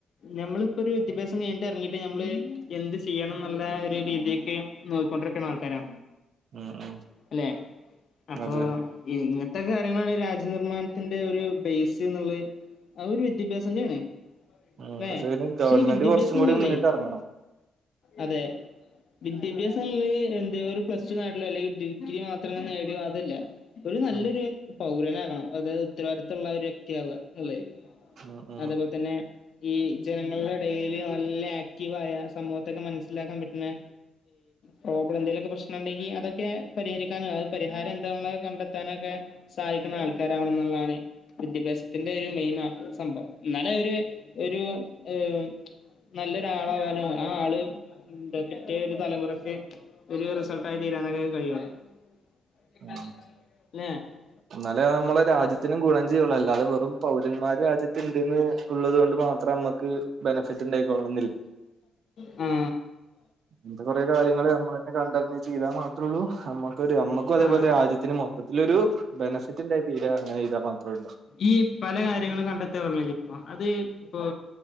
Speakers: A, on the left; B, on the right.
A: നമ്മളിപ്പോ ഒരു വിദ്യാഭ്യാസം കഴിഞ്ഞിട്ട് ഇറങ്ങിട്ട്. നമ്മള് എന്ത് ചെയ്യണം എന്നുള്ള ഒരു രീതിേക്ക് നോക്കിക്കൊണ്ടിരിക്കാണ ആൾക്കാരാ.
B: ഉം ഉം
A: അല്ലെ? അപ്പൊ..
B: അതെ
A: ഇറ്റ കാര്യങ്ങളാണ് ഈ രാജ്യനിർമ്മാണത്തിന്റെ ഒരു ബേസ്ന്ളത്. അതൊരു വിദ്യാഭ്യാസം തന്നെയാണ്.
B: ആ
A: അല്ലെ
B: പക്ഷെന്
A: പക്ഷെ
B: ഗവൺമെന്റ്
A: ഈ വിദ്യാഭ്യാസം
B: കുറച്ചും
A: എന്നുള്ളതേ
B: കൂടി മുന്നിട്ട് ഇറങ്ങണം.
A: അതെ. വിദ്യാഭ്യാസം ളത് എന്ത ഒരു പ്ലസ് ടു നേട്ടല്ല് അല്ലെങ്കിൽ ഡിഗ്രി മാത്രം നേടി അതല്ല. ഒരു നല്ലൊരു
B: ഉം
A: പൗരന ആകണം. അതായത് ഉത്തരവാദിത്ത്തുള്ള ഒരു വക്കെ വ്യക്തി ആവുക നല്ലത്..
B: ഉം ഉം
A: അതു. പോലെത്തന്നെ ഈ ജനങ്ങളുടെ ഇടയിൽ നല്ല ആ <unintelligible> സമൂഹത്തൊക്കെ മനസ്സിലാക്കൻ പറ്റുന്നഎ പ്രോബ്ലം എന്തെങ്കിലും. പ്രശ്നമുണ്ടെങ്കിൽ അതൊക്കെ. പരിഹരിക്കാനും അ പരിഹാരം എന്താുള്ള കണ്ടെത്താനൊക്കെ സഹായിക്കുന്ന ആൾക്കാരാണെന്നുള്ളതാണ് വിദ്യാഭ്യാസത്തിന്റെ ഒരു മെയിൻ സംഭവം എന്നാലെ ഒരു ഒരു ഏ നല്ലൊരാളാവാനോ ആ ആള് <unintelligible> തലമുറക്ക് ഒരു റിസൾട്ടായി തീരാനാക്കെ കഴിയും <unintelligible>
B: ഉം എന്നാലേ നമ്മളെ രാജ്യത്തിനും ഗുണം ചെയ്യുള്ളു അല്ലാതെ വെറും പൗരന്മാര് രാജ്യത്ത്ണ്ട്ന്ന് <unintelligible> മാത്രം നമുക്ക് ബെനിഫിറ്റ് <unintelligible>
A: ആ
B: എത്തെ കൊറെ കാര്യങ്ങള്ൾ നമ്മൾ തന്നെ കണ്ടരഞ്ഞേ ചെയ്താൽ മാത്രേള്ളൂ <unintelligible> നമ്മക്കും അതേപോലെ
A: ആഹ്
B: രാജ്യത്തിന് മൊത്തത്തിലൊരു ബെനഫിറ്റ് ഉണ്ട തീര അങ്ങനെ ചെയ്താ മാത്രള്ളൂ
A: ഈ പല കാര്യങ്ങളും കണ്ടെത്തിയാ <unintelligible> അത് ഇപ്പൊ